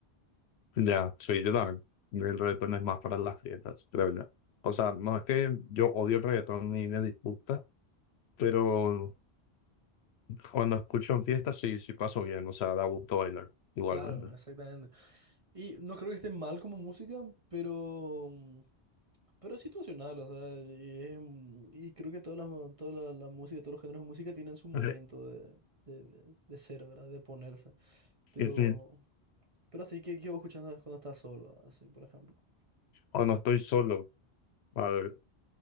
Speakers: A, on the left; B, on the right.
A: Ya, sí, yo también. El reggaetón es más para las fiestas, creo yo. O sea, no es que yo odio el reggaetón ni me disgusta, pero cuando escucho en fiestas sí, sí paso bien. O sea, da gusto bailar, igualmente.
B: Claro, exactamente. Y no creo que esté mal como música, pero mm, Pero es situacional, o sea, y, es un- y creo que todas las, toda la, la música, todos los géneros de música tienen su momento
A: Ujú.
B: de, de, de- de ser, ¿verdad? De ponerse. Pero,
A: En fin,
B: pero así que yo escuchando es cuando estás solo, así, por ejemplo.
A: Cuando estoy solo, a ver,